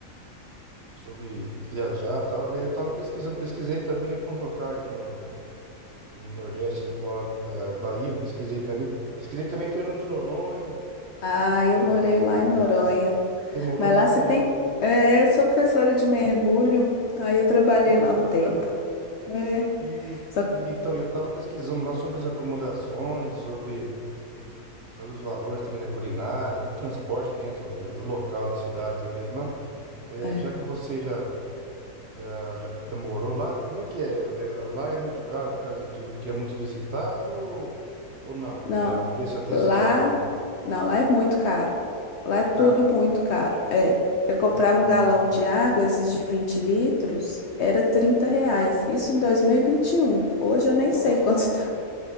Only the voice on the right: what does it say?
sobre viajar e tal. Daí eu tava pesquisando, pesquisei também alguns locais no, no Nordeste, fora da Bahia, eu pesquisei também. Pesquisei também Fernando de Noronha,
é,
tem Moronha,
Noronha,
hein?
Olha
que
bacana.
E,
e- então eu tava pesquisando lá sobre as acomodações, sobre sobre os valores também da culinária, do transporte dentro do, do local da cidade lá mesmo, lá. É,
já que você já Já, já, já morou lá? Como é que é? Lá é muito caro por causa do que é muito visitado ou ou não?
É um preço até
acessível.
É
caro?
Hum,
nossa.